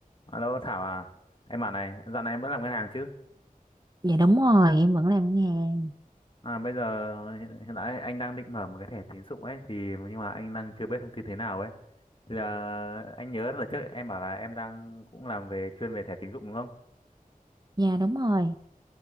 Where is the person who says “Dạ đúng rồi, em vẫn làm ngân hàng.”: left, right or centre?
Right